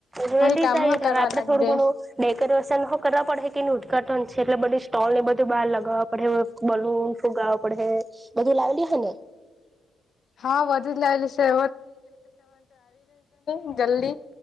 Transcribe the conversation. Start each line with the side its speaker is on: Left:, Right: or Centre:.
Right: વેલી
Left: પછી કામ
Right: જ આવીસ
Left: હો કરવા
Right: હવે આપડે
Left: લાગજે
Right: થોડું ઘણું મેકઅપ <unintelligible> કરવા પડે કે એ ઉદઘાટન છે, એટલે બધી સ્ટોલ ને બધું બહાર લગાવવા પડે બલૂન ફુગાવા પડે. બધું લાવલી હ ને.
Left: હા બધુંજ લાવેલું છે. <unintelligible> જલ્દી